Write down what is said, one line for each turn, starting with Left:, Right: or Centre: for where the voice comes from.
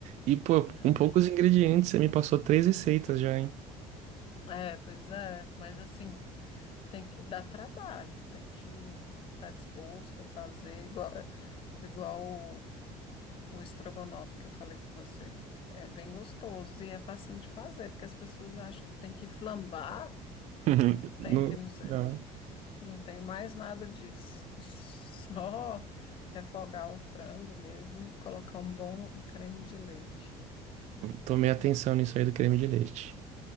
Right: E, pô,
Left: É,
Right: com poucos ingredientes, você me passou três receitas já, hein?
Left: É, pois é, mas assim, tem que dar trabalho, tem que estar disposto para fazer igual, igual o, o estrogonofe que eu falei com você. É bem gostoso e é fácil de fazer, porque as pessoas acham que tem que flambar,
Right: <laughs>
Left: que tem
Right: No-
Left: que não sei,
Right: Não.
Left: não tem mais nada disso. <laughs> Só refogar o frango mesmo e colocar um bom creme de leite.
Right: Tomei atenção nisso aí do creme de leite.